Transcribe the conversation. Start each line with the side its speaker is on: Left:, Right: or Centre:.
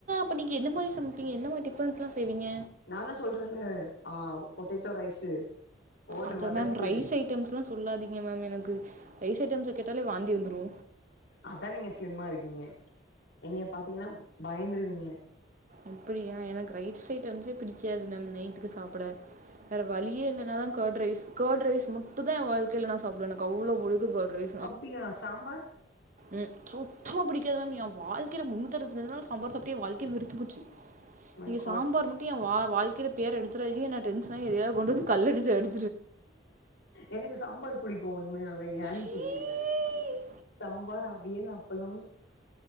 Right: அப்ப நீங்க மாரி சமைப்பீங்க என்ன மாரி டிஃப்ன்ஸ்லா செய்வீங்க
Left: நான்தா சொல்றலே ஆவ் பொட்டேட்டோ ரைஸ்ஸு போடு
Right: அத
Left: வதக்கு
Right: மேம் ரைஸ் ஐட்டம்ஸ்லா சொல்லாதிங்க மேம் எனக்கு ரைஸ் ஐட்டம்ஸ கேட்டாலே வாந்தி வந்துரு
Left: அதா நீங்க ஸ்லிம்மா இருக்கீங்க என்னய பாத்திங்கன்னா பயந்துருவீங்க
Right: அப்பிடியா எனக்கு ரைட்ஸ் ஐட்டம்ஸே பிடிக்காது மேம் நைட்டுக்கு சாப்ட வேற வழிய இல்லனாதா கேர்ட் ரைஸ் கேர்ட் ரைஸ் மட்டுதா எ வாழ்க்கைல நா சாப்டுவே எனக்கு அவ்ளோ புடிக்கு கேர்ட் ரைஸ்
Left: அப்டியா சாம்பார்
Right: ம் சுத்தமாக பிடிக்காது மேம் எ வாழ்க்கைல முன்னுத்தி அருவத்தி அஞ்சி நாலு சாம்பார் சாப்ட்டே வாழ்க்கையே வெறுத்து போச்சு
Left: மை
Right: நீங்க
Left: காட்
Right: சாம்பார் மட்டு எ வாழ்க்கையே பேர் எடுத்துராந்திங்க நா டென்டசன்னாயி எதாயாது கொண்டு வந்து கல்எடுத்து அடி
Left: எனக்கு சாம்பார் புடிக்கு உண்மையாவே ஏன்னு
Right: சீ
Left: தெரில சாம்பார் அவியல் அப்பளம்